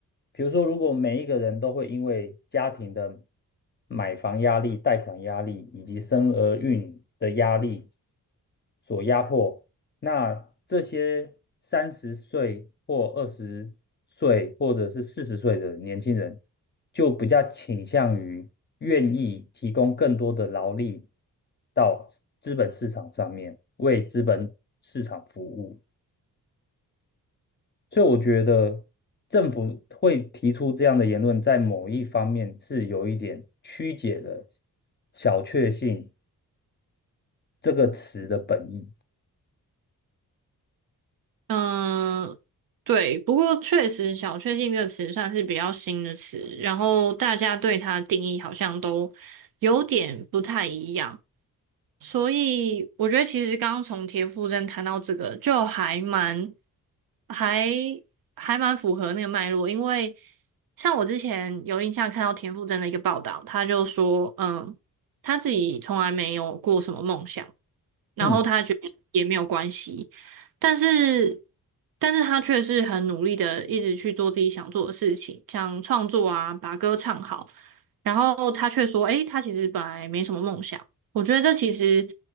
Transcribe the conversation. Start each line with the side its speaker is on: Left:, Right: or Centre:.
Left: 比如说，如果每一个人都会因为家庭的买房压力、贷款压力以及生儿育女的压力所压迫，那这些三十岁或二十岁或者是四十岁的年轻人，就比较倾向于愿意提供更多的劳力到资本市场上面，为资本市场服务。所以我觉得政府会提出这样的言论，在某一方面是有一点曲解了“小确幸”这个词的本意。
Right: 嗯、对，不过确实“小确幸”这个词算是比较新的词，然后大家对它的定义好像都有点不太一样。所以我觉得其实刚刚从田馥甄谈到这个，就还蛮还还蛮符合那个脉络，因为像我之前有印象看到田馥甄的一个报道，他就说，嗯，他自己从来没有过什么梦想，然后他觉得也没有关系，
Left: 嗯
Right: 但是但是他却是很努力的一直去做自己想做的事情，像创作啊，把歌唱好，然后他却说，诶，他其实本来没什么梦想。我觉得这其实